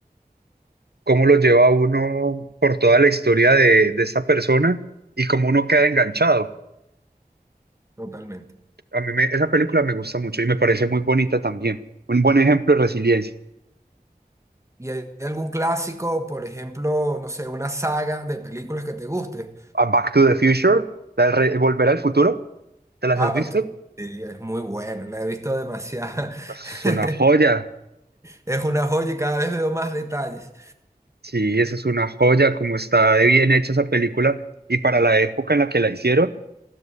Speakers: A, on the right; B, on the right.
A: Cómo lo lleva a uno por toda la historia de, de esa persona y cómo uno queda enganchado.
B: totalmente.
A: A mí me- esa película me gusta mucho y me parece muy bonita también. Un buen ejemplo de resiliencia.
B: ¿Y hay algún clásico, por ejemplo, no sé, una saga de películas que te guste?
A: A Back to the Future, la de re- Volver al Futuro, ¿te las
B: Ah,
A: has
B: Back
A: visto?
B: to the Future sí, es muy bueno, la he visto demasiado.
A: Eso es
B: <laughs>
A: una joya.
B: Es una joya y cada vez veo más detalles.
A: Sí, esa es una joya, cómo está de bien hecha esa película y para la época en la que la hicieron